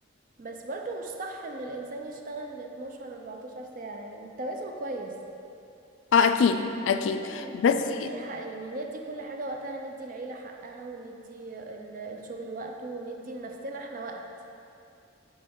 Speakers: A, on the right; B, on the left.
A: بس برضو مش صح ان الانسان يشتغل 12 14 ساعة يعني التوازن كويس
B: اه اكيد اكيد
A: لازم
B: بس
A: ندي حق يعني ندي كل حاجة وقتها ندي العيلة حقها وندي ال- الشغل وقته وندي لنفسنا احنا وقت